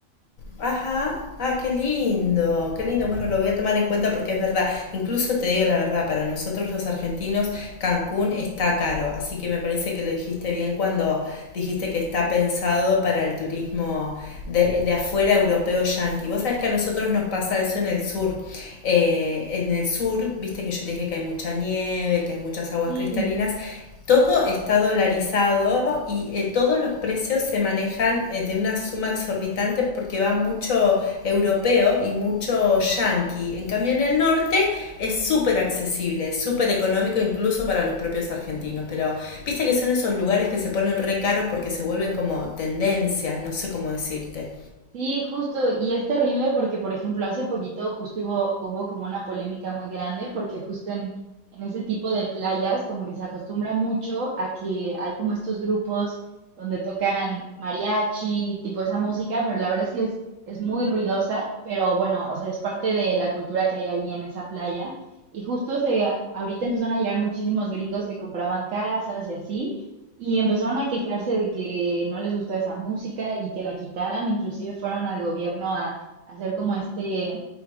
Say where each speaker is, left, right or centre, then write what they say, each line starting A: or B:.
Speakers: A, on the left; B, on the right.
A: Ajá, ah, qué lindo, qué lindo. Bueno, lo voy a tomar en cuenta porque es verdad. Incluso te digo la verdad, para nosotros los argentinos, Cancún está caro, así que me parece que lo dijiste bien cuando dijiste que está pensado para el turismo de, de afuera europeo yanqui. Vos sabés que a nosotros nos pasa eso en el sur. Eh, en el sur, viste que yo te dije que hay mucha nieve, que hay muchas aguas
B: Sí.
A: cristalinas. Todo está dolarizado y eh, todos los precios se manejan eh, de una suma exorbitante porque va mucho europeo y mucho yanqui. En cambio, en el norte es súper accesible, súper económico incluso para los propios argentinos. Pero viste que son esos lugares que se ponen re caros porque se vuelven como tendencias, no sé cómo decirte.
B: Sí, justo, y es terrible porque, por ejemplo, hace poquito justo hubo, hubo como una polémica muy grande porque justo en, en ese tipo de playas como que se acostumbra mucho a que hay como estos grupos donde tocan mariachi, tipo esa música, pero la verdad es que es, es muy ruidosa, pero bueno, o sea, es parte de la cultura que hay ahí en esa playa. Y justo se, ahorita empezaron a llegar muchísimos gringos que compraban casas y así. Y empezaron a quejarse de que no les gustó esa música y que la quitaran, inclusive fueron al gobierno a, a hacer como este,